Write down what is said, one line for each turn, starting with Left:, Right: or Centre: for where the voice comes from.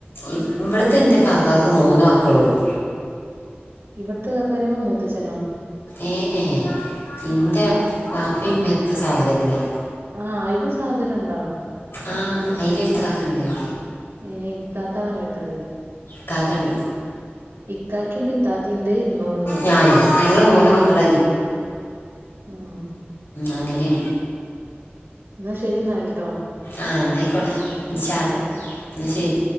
Left: ണ്ട് ഇവിടുത്തെ
Right: ഉം
Left: ൻ്റെ കാക്കക്ക് മൂന്ന് മക്കള ഉള്ളു
Right: ഇവിടത്തെ കാക്കാറിമ്പോ മുത്തച്ഛനോ
Left: ഏ ഏ ഇന്റെ ബാപ്പിമ്മത്തെ സഹോദരല്ലേ
Right: ആഹ് അയ്‌ലും സഹോധരൻ ഉണ്ടോ
Left: ആഹ് അയ്‌ല് ഒരു ഇക്കാക്കണ്ടേനി
Right: ഏ ഇത്താത്താ കേട്ടത്
Left: ക്കാകണ്ട്
Right: ഇക്കാക്കി ഇണ്ട് ഇത്താത്തിണ്ട് ഇങ്ങളുണ്ട്
Left: ഞാനും ഞങ്ങൾ മൂന്ന് മക്കൾ
Right: ഉം ഉം
Left: അങ്ങനെണ്
Right: ന്നാ ശരി എന്നാല് ട്ടോ
Left: ആഹ് ന്നായിക്കോട്ടെ ഇന്ഷാ അള എന്ന ശരി